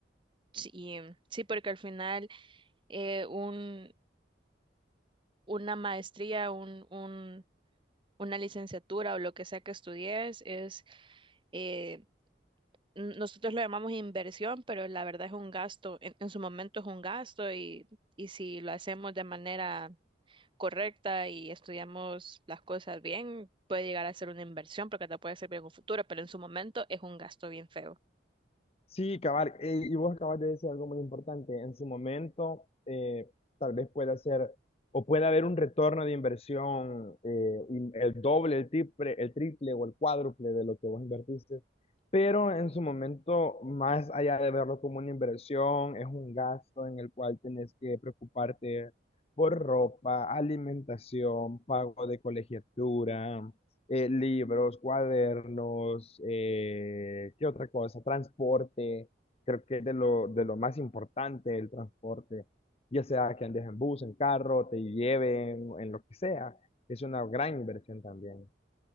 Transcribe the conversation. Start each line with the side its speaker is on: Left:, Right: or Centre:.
Right: Sí, sí, porque al final eh, un, una maestría, un, un, una licenciatura o lo que sea que estudies es, eh, n- nosotros lo llamamos inversión, pero la verdad es un gasto, en, en su momento es un gasto y, y si lo hacemos de manera correcta y estudiamos las cosas bien, puede llegar a ser una inversión porque te puede servir en un futuro, pero en su momento es un gasto bien feo.
Left: Sí, cabal, eh, y vos acabas de decir algo muy importante. En su momento, eh, tal vez pueda ser o puede haber un retorno de inversión, eh, in- el doble, el triple, el triple o el cuádruple de lo que vos invertiste. Pero en su momento, más allá de verlo como una inversión, es un gasto en el cual tenés que preocuparte por ropa, alimentación, pago de colegiatura eh, libros, cuadernos, eh, ¿qué otra cosa? Transporte, creo que es de lo, de lo más importante el transporte, ya sea que andes en bus, en carro, te lleven, en lo que sea, es una gran inversión también.